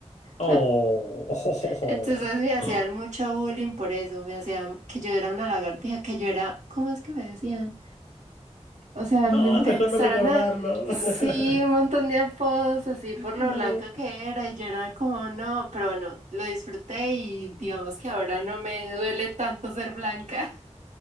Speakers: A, on the left (about 75°); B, on the right (about 85°).
A: Oh.
B: <laughs> Entonces me hacían mucho
A: <laughs>
B: bullying por eso, me hacían que yo era una lagartija, que yo era, ¿cómo es que me decían? O sea,
A: No,
B: me intentaron
A: es mejor no recordarlo.
B: a, sí,
A: <laughs>
B: un montón de apodos así por lo
A: No.
B: blanca que era y yo era como, no, pero bueno, lo disfruté y digamos que ahora no me duele tanto ser blanca.